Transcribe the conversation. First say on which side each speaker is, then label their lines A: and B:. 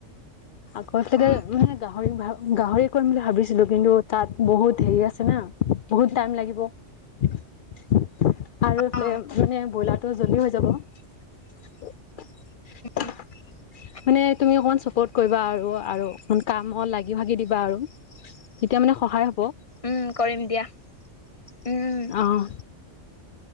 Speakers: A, on the left; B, on the left.
A: আগত লকে
B: অ
A: মানে গাহৰি- গাহৰি কৰিম বুলি ভাবিছিলো কিন্তু তাত বহুত হেৰি আছে নে। বহুত টাইম লাগিব। আৰু এইফালে
B: অ
A: মানে ব্ৰইলাৰটো জল্দি হৈ যাব। <unintelligible>
B: <unintelligible>
A: মানে তুমি অকণমান চাপৰ্ট কৰিবা আৰু আৰু অ কামত লাগি ভাগি দিবা আৰু তেতিয়া মানে সহায় হ'ব
B: উম কৰিম দিয়া উম
A: আহ